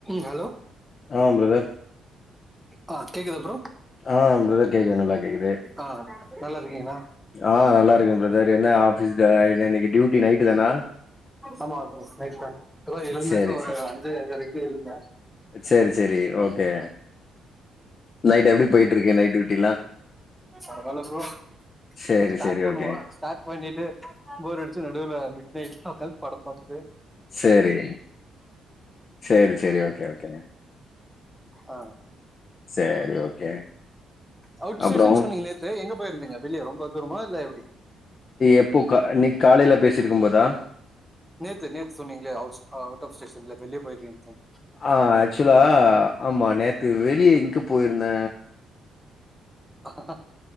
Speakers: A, in the centre; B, on the left.
A: Hello
B: அ brother
A: அ கேக்குதா ப்ரோ
B: ஆ பிரதர் கேக்குது நல்லா கேக்குது
A: ஆ நல்லாருக்கீங்ளா
B: ஆ நல்லா இருக்கே பிரதர் என்ன ஆஃபீஸ் டே என்ன இன்னைக்கு டியூட்டி நைட்டு தானா
A: ஆமா ப்ரோ நைஸ்டா இப்பதா எழுந்தே
B: சேரி
A: ஒரு
B: சேரி
A: அஞ்சு அஞ்சரைக்கு எழுந்தே
B: சேரி சேரி ஓகே நைட் எப்டி போய்ட்டு இருக்கு நைட் டூடில்லா
A: பரவால ப்ரோ
B: சேரி
A: என்ன ஸ்டாட்
B: சேரி
A: பண்ணுவோ
B: ஓகே
A: ஸ்டாட் பண்ணிட்டு போர் அடுச்சா நடூல மிட் நைட்ல உக்காந்து படோ பாத்துட்டு
B: சேரி சேரி சேரி ஓகே ஓகே
A: அ
B: சேரி ஓகே
A: அவுட்ஸ்டேஷன்
B: அப்றோ
A: சொன்னீங்க நேத்து எங்க போயிருந்தீங்க வெளிய ரொம்ப தூரமா இல்ல எப்டி
B: எப்போ கா இன்னிக் காலேல பேசிருக்கும் போதா
A: நேத்து நேத்து சொன்னீங்களே அவுட்ஸ் அவுட் ஆஃப் ஸ்டேஷன்ல வெளிய போய்ர்கீங்தன்
B: ஆ ஆக்சுவலா ஆமா நேத்து வெளிய எங்க போயிருந்த
A: ஆ <unintelligible>